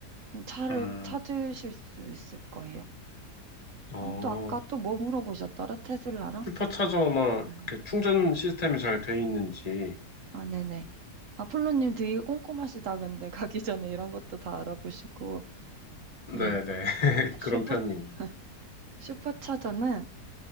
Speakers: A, on the right; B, on the left.
A: 음, 차를
B: 음,
A: 찾으실 수 있을 거예요.
B: 어,
A: 어, 또 아까 또 뭐 물어보셨더라? 테슬라랑?
B: 슈퍼차저나
A: 음.
B: 이렇게 충전 시스템이 잘 돼 있는지,
A: 아, 네네. 아, 폴로님 되게 꼼꼼하시다. 근데 <laughs> 가기 전에 이런 것도 다 알아보시고 그
B: 네네. <laughs>
A: 슈퍼
B: 그런 편이에요.
A: <laughs> 슈퍼차저는